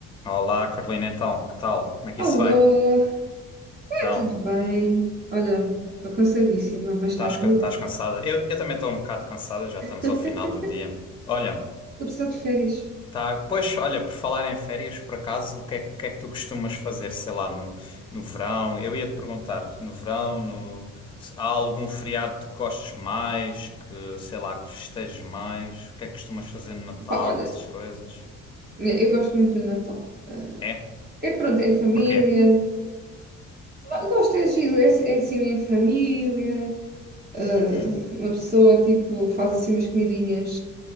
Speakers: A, on the left; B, on the right.
A: Olá, Carolina, então, que tal? Como é que
B: Alô,
A: isso vai?
B: vai
A: Então,
B: tudo bem? Olha, estou cansadíssima, mas
A: estás,
B: está tudo
A: ca- estás
B: bem.
A: cansada? Eu, eu também estou um bocado cansada, já estamos
B: <laughs>
A: ao final do dia.
B: Estou
A: Olha,
B: precisando de férias.
A: tá, pois, olha, por falar em férias, por acaso, o que é, que que é que tu costumas fazer, sei lá, no, no verão? Eu ia-te perguntar, no verão, no, se há algum feriado que gostes mais, que, sei lá, que festejes mais? O que é que costumas fazer no Natal,
B: Pá, olha,
A: e essas coisas?
B: eu gosto muito do Natal. Ah,
A: É?
B: É pronto, é em família.
A: Porquê?
B: Bah, Gosto, é giro, é, é assim em família. Ah,
A: Uhum.
B: uma pessoa, tipo, faz assim umas comidinhas